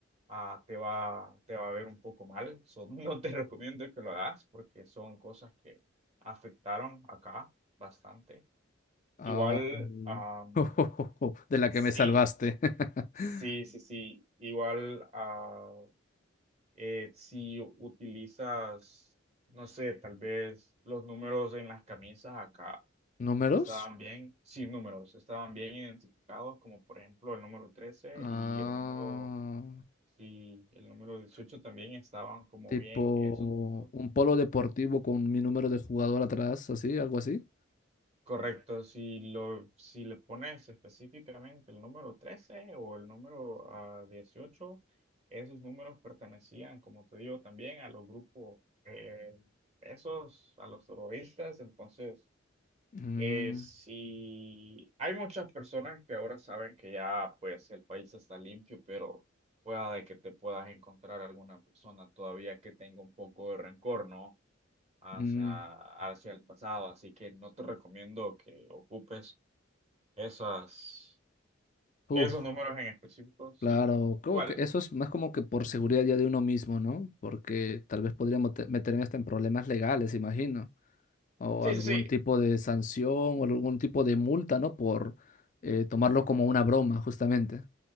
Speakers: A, on the right; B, on the left.
A: ah, te va, te va a ver un poco mal. So, <laughs> no te recomiendo que lo hagas porque son cosas que afectaron acá bastante.
B: ah,
A: Igual, am,
B: <laughs> de la
A: sí,
B: que me salvaste. <laughs>
A: sí, sí, sí. Igual, ah, eh, si utilizas, no sé, tal vez los números en las camisas acá
B: ¿Números?
A: estaban bien, sin números, estaban bien identificados, como por ejemplo el número trece
B: Ah,
A: y el número, y el número dieciocho también estaban como
B: tipo
A: bien esos números
B: un polo deportivo con mi número de jugador atrás, así, algo así.
A: Correcto, si lo, si le pones específicamente el número 13 o el número ah, dieciocho esos números pertenecían, como te digo, también a los grupos, eh, esos, a los terroristas. Entonces,
B: Mm,
A: eh, si hay muchas personas que ahora saben que ya pues el país está limpio, pero pueda de que te puedas encontrar alguna persona todavía que tenga un poco de rencor, ¿no? hacia,
B: mm,
A: hacia el pasado, así que no te recomiendo que ocupes esas,
B: uf,
A: esos números en específico, sí.
B: claro, como
A: Igual,
B: que eso es más como que por seguridad ya de uno mismo, ¿no? Porque tal vez podría mote- meterme hasta en problemas legales, imagino. o
A: sí,
B: algún
A: sí, sí.
B: tipo de sanción o algún tipo de multa, ¿no? Por eh, tomarlo
A: Ujú.
B: como una broma, justamente.